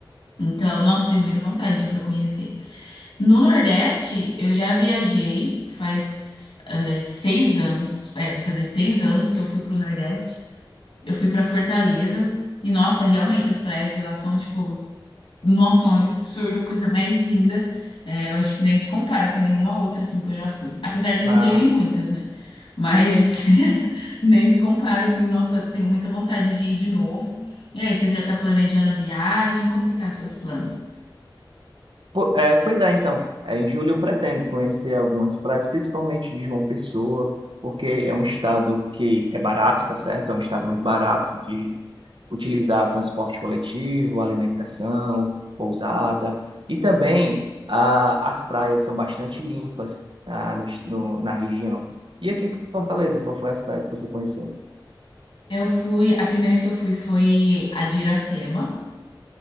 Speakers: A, on the left; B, on the right.
A: Então, nossa, eu tenho muita vontade de ir pra conhecer. No Nordeste, eu já viajei faz eh, seis anos. É, vai fazer seis anos que eu fui pro Nordeste. Eu fui pra Fortaleza. E, nossa, realmente, as praias de lá são, tipo, nossa, é um absurdo, coisa mais linda. É, eu acho que nem se compara com nenhuma outra, assim, que eu já fui. Apesar de eu
B: Ah,
A: não ter ido em muitas, né? Mas <laughs> nem se compara, assim. Nossa, tenho muita vontade de ir de novo. E aí, você já tá planejando a viagem? Como que tá seus planos?
B: Po- é, pois é, então. É, em julho eu pretendo conhecer algumas praias, principalmente de João Pessoa, porque é um estado que é barato, tá certo? É um estado muito barato de utilizar transporte coletivo, alimentação, pousada. E também ah, as praias são bastante limpas ah, no, no- na região. E aqui em Fortaleza, qual foi as praias que você conheceu?
A: Eu fui, a primeira que eu fui foi a de Iracema.